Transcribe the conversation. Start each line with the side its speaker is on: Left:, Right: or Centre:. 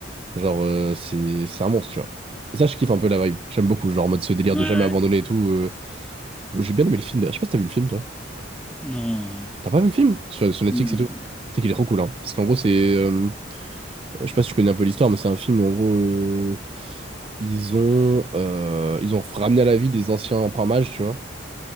Right: Genre, euh, c'est, c'est un monstre, tu vois. Et ça, je kiffe un peu la vibe. J'aime beaucoup, genre, en mode ce délire
Centre: Ouais, ouais.
Right: de jamais abandonner et tout. euh. J'ai bien aimé le film, d'ailleurs. Je sais pas si t'as vu le film, toi.
Centre: Non.
Right: T'as pas vu le film? Sur, sur Netflix
Centre: Non.
Right: et tout. C'est qu'il est trop cool, hein. Parce qu'en gros, c'est. euh, je sais pas si tu connais un peu l'histoire, mais c'est un film où, en gros, euh, ils ont. euh, ils ont ramené à la vie des anciens emprunts mages, tu vois.